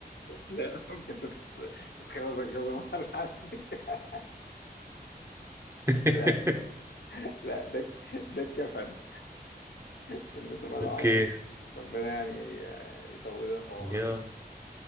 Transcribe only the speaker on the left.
لا ممكن تتخ... تتخوزك كذا <laughs> مرة على فكرة
لا لا ده ده الكفن تلبسه مرة
واحدة بس ربنا يعني آه، يطولنا في عمرك